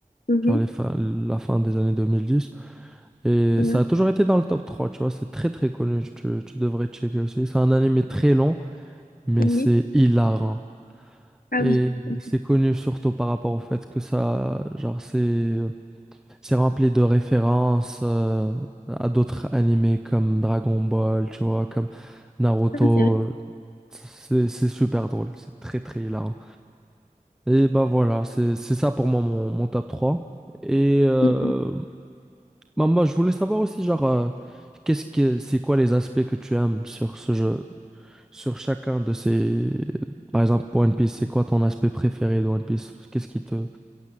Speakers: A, on the left; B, in the centre.
A: Mhm.
B: genre les fin- la fin des années 2010 et
A: Ouais.
B: ça a toujours été dans le top trois tu vois, c'est très très connu, tu, tu devrais checker aussi. C'est un animé très long mais
A: Oui.
B: c'est hilarant
A: Ah
B: et
A: oui. Ok.
B: c'est connu surtout par rapport au fait que ça genre c'est c'est rempli de références euh, à d'autres animés comme Dragon Ball, tu vois, comme Naruto.
A: Ah, c'est vrai.
B: C'est c'est super drôle, c'est très très hilarant. Et ben voilà, c'est c'est ça pour moi mon, mon top trois Et euh,
A: Mhm.
B: ben, moi je voulais savoir aussi genre euh, qu'est-ce que c'est quoi les aspects que tu aimes sur ce jeu, sur chacun de ces par exemple pour One Piece, c'est quoi ton aspect préféré de One Piece? Qu'est-ce qui te